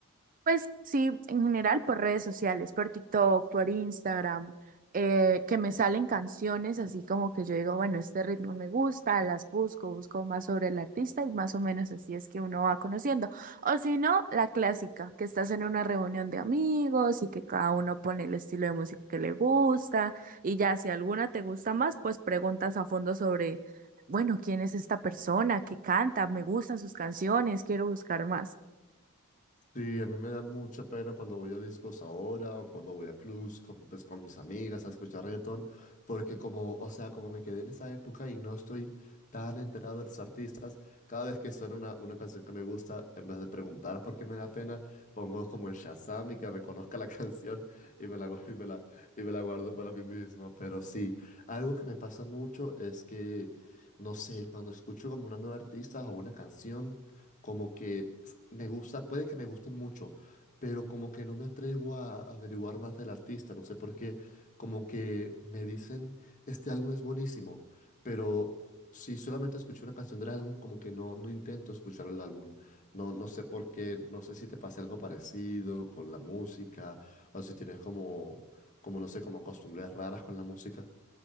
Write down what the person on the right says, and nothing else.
Pues sí, en general por redes sociales, por TikTok, por Instagram, eh, que me salen canciones así como que yo digo, bueno, este ritmo me gusta, las busco, busco más sobre el artista y más o menos así es que uno va conociendo. O si no, la clásica, que estás en una reunión de amigos y que cada uno pone el estilo de música que le gusta y ya si alguna te gusta más, pues preguntas a fondo sobre, bueno, ¿quién es esta persona? ¿Qué canta? ¿Me gustan sus canciones? Quiero buscar más.